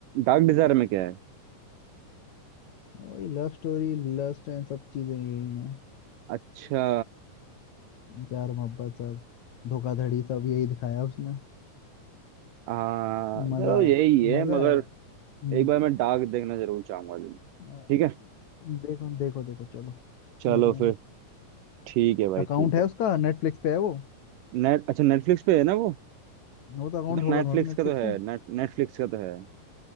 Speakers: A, on the right; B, on the left.
A: डार्क डिजायर में क्या है
B: वही लव स्टोरी लस्ट एंड सब चीजें यही हैं
A: अच्छा
B: प्यार मोहब्बत सब धोखाधड़ी सब यही दिखाया उसमें
A: हाँ
B: मजा
A: चलो यही
B: है
A: है
B: मजा
A: मगर
B: आ रहा है अरे हम्म,
A: एक बार मैं डार्क देखना जरूर चाहूंगा जी
B: अ,
A: ठीक है
B: देखो देखो देखो चलो
A: चलो
B: देखेंगे
A: फिर
B: ना
A: ठीक है भाई
B: अकाउंट
A: ठीक
B: है
A: है
B: उसका नेटफ्लिक्स पे है वो
A: नेट अच्छा नेटफ्लिक्स पे है ना वो
B: वो तो अकाउंट
A: तो
B: होगा
A: नेटफ्लिक्स
B: तुम्हारे नेटफ्लिक्स
A: का तो है
B: का
A: नेट नेटफ्लिक्स का तो है